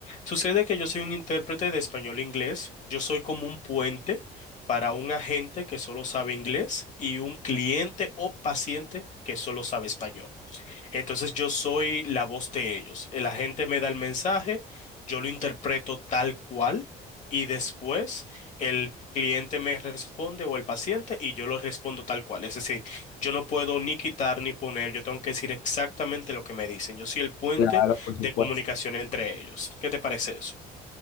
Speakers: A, on the left; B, on the left.
A: Sucede que yo soy un intérprete de español-inglés, yo soy como un puente para un agente que solo sabe inglés y un cliente o paciente que solo sabe español. Entonces yo soy la voz de ellos. El agente me da el mensaje, yo lo interpreto tal cual y después el cliente me responde o el paciente y yo lo respondo tal cual. Es decir, yo no puedo ni quitar ni poner, yo tengo que decir exactamente lo que me dicen. Yo soy el puente
B: Claro, por supuesto.
A: de comunicación entre ellos. ¿Qué te parece eso?